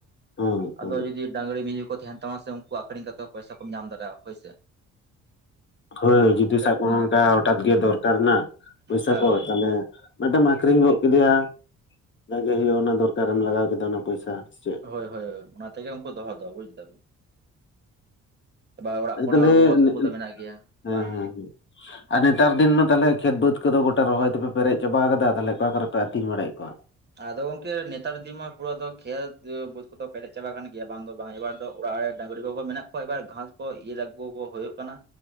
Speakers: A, on the left; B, on the right.
A: ᱦᱮᱸ
B: ᱟᱫᱚ ᱡᱩᱫᱤ ᱰᱟᱝᱨᱤ ᱢᱤᱭᱦᱩ ᱠᱚ ᱛᱟᱦᱮᱱ ᱛᱟᱢᱟ ᱥᱮ ᱩᱱᱠᱩ ᱟᱹᱷᱨᱤᱧ ᱠᱟᱛᱮ ᱛᱚ ᱯᱚᱭᱥᱟ ᱠᱚᱢ ᱧᱟᱢ ᱫᱟᱲᱮᱭᱟᱜ ᱦᱳᱭ ᱥᱮ
A: ᱦᱳᱭ ᱡᱩᱫᱤ ᱥᱟᱵ ᱠᱟᱜ
B: ᱚᱱᱟ
A: ᱢᱮ ᱚᱱᱠᱟ ᱦᱚᱴᱟᱛ ᱜᱮ ᱫᱚᱨᱠᱟᱨ ᱱᱟ ᱯᱚᱭᱥᱟ
B: ᱦᱮᱸ
A: ᱠᱚ
B: ᱦᱳᱭ
A: ᱛᱟᱦᱚᱞᱮ ᱢᱤᱫᱴᱮᱢ ᱟᱹᱠᱷᱨᱤᱧ ᱜᱚᱫ ᱠᱮᱫᱮᱭᱟ ᱡᱟᱜᱮ ᱦᱩᱭᱩᱜ-ᱟ ᱚᱱᱟ ᱫᱚᱨᱠᱟᱨ ᱨᱮᱢ ᱞᱟᱜᱟᱣ ᱠᱮᱫᱟ ᱚᱱᱟ ᱯᱚᱭᱥᱟ ᱥᱮ ᱪᱮᱫ
B: ᱦᱳᱭ ᱦᱳᱭ ᱚᱱᱟ ᱛᱮᱜᱮ ᱩᱱᱠᱩ ᱫᱚᱦᱚ ᱫᱚ ᱵᱩᱡᱽ ᱫᱟᱹᱵᱤᱱ ᱮᱵᱟᱨ ᱚᱲᱟᱜ
A: ᱟᱪᱪᱷᱟ
B: ᱠᱚᱨᱮ
A: ᱛᱟᱦᱚᱞᱮ
B: ᱦᱚᱸ ᱨᱩᱣᱟᱹ ᱦᱟᱹᱥᱩ
A: ᱦᱮᱸ
B: ᱠᱚ ᱫᱚ ᱢᱮᱱᱟᱜ ᱜᱮᱭᱟ
A: ᱦᱮᱸ
B: ᱵᱟᱝ
A: ᱦᱮᱸ ᱟᱨ ᱱᱮᱛᱟᱨ ᱫᱤᱱ ᱢᱟ ᱛᱟᱦᱚᱞᱮ ᱠᱷᱮᱛ ᱵᱟᱹᱫᱽ ᱠᱚᱫᱚ ᱜᱚᱴᱟ ᱨᱚᱦᱚᱭ ᱛᱮᱯᱮ ᱯᱮᱨᱮᱡᱽ ᱪᱟᱵᱟ ᱠᱟᱫᱟ ᱛᱟᱦᱞᱮ ᱚᱠᱟ ᱠᱚᱨᱮ ᱯᱮ ᱟᱹᱛᱤᱧ ᱵᱟᱲᱟᱭᱮᱫ ᱠᱚᱣᱟ?
B: ᱟᱫᱚ ᱜᱚᱝᱠᱮ ᱱᱮᱛᱟᱨ ᱫᱤᱱᱢᱟ ᱯᱩᱨᱟᱹ ᱟᱫᱚ ᱠᱷᱮᱛ ᱵᱟᱹᱫᱽ ᱠᱚᱫᱚ ᱯᱮᱨᱮᱡ ᱪᱟᱵᱟ ᱠᱟᱱ ᱜᱮᱭᱟ ᱵᱟᱝ ᱫᱚ ᱵᱟᱝ ᱮᱵᱟᱨ ᱛᱚ ᱚᱲᱟᱜ ᱨᱮ ᱰᱟᱝᱨᱤ ᱠᱚᱠᱚ ᱢᱮᱱᱟᱜ ᱠᱚᱣᱟ ᱮᱵᱟᱨ ᱜᱷᱟᱥ ᱠᱚ ᱤᱨ ᱟᱹᱜᱩ ᱠᱚ ᱦᱳᱭᱳᱜ ᱠᱟᱱᱟ᱾